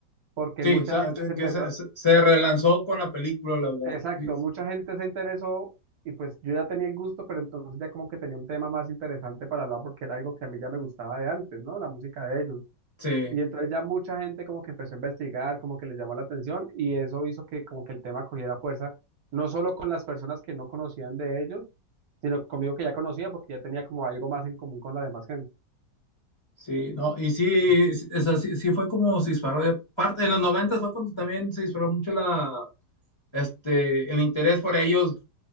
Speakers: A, on the right (about 65°); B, on the left (about 25°).
A: porque
B: sí,
A: mucha
B: o sea,
A: gente
B: que,
A: se empezó
B: que se,
A: a,
B: se- se relanzó con la película, la verdad.
A: Exacto,
B: Sí,
A: mucha gente se interesó y pues yo ya tenía el gusto, pero entonces ya como que tenía un tema más interesante para hablar porque era algo que a mí ya me gustaba de antes, ¿no? La música de ellos.
B: sí,
A: Y entonces ya mucha gente como que empezó a investigar, como que les llamó la atención y eso hizo que como que el tema cogiera fuerza, no solo con las personas que no conocían de ellos, sino conmigo que ya conocía porque ya tenía como algo más en común con la demás gente.
B: sí, no, y sí, sí, o sea, sí, sí fue como se disparó. y Aparte, en los 90 fue cuando también se disparó mucho la, este, el interés por ellos